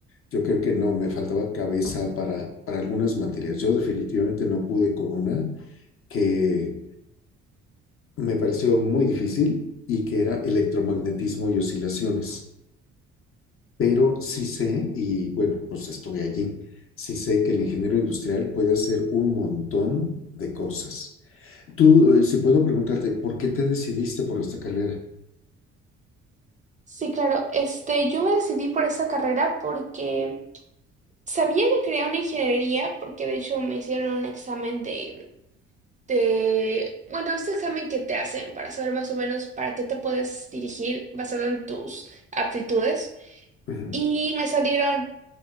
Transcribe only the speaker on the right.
Sí, claro. Este, yo me decidí por esa carrera porque sabía que quería una ingeniería porque de hecho me hicieron un examen de Te, bueno, este examen que te hacen para saber más o menos para qué te puedes dirigir basado en tus aptitudes.
Y me salieron,